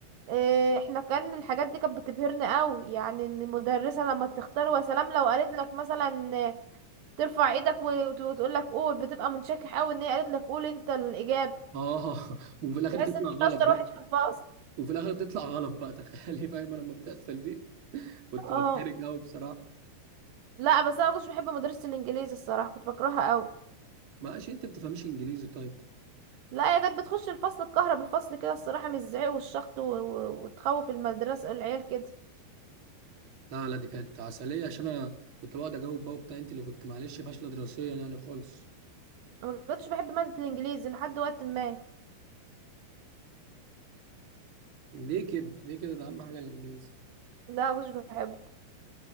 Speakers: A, on the right (about 70°); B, on the right (about 40°).
A: إيه، احنا كان الحاجات دي كانت بتبهرنا قوي يعني ان المدرسة لما تختار وسلام لو قالت لك مثلا آه، ترفع ايدك وتقول لك قول بتبقى منشكح قوي ان هي قالت لك قول انت الاجابة
B: اه <laughs> وفي الاخر
A: تحس
B: تطلع
A: ان انت
B: غلط
A: اشطر
B: بقى
A: واحد في الفصل
B: وفي الاخر تطلع غلط بقى تخيلي <laughs> فاهم انا لما بتحصل دي كنت
A: اه
B: بتحرج قوي بصراحه
A: لا بس انا ما كنتش بحب مدرسة الانجليزي الصراحة كنت بكرهها قوي
B: ماشي انت بتفهميش انجليزي طيب
A: لا هي كانت بتخش الفصل الكهرب بالفصل كده الصراحة من الزعيق والشخط و... و... وتخوف المدرسة العيال كده
B: لا لا دي كانت عسليه عشان انا كنت بقعد اجاوب بقى وبتاع انت اللي كنت معلش فاشله دراسيا يعني خالص
A: أنا ما كنتش بحب مادة الانجليزي لحد وقت ما
B: ليه كده ليه كده ده اهم حاجه الانجليزي
A: لا ما كنتش بحب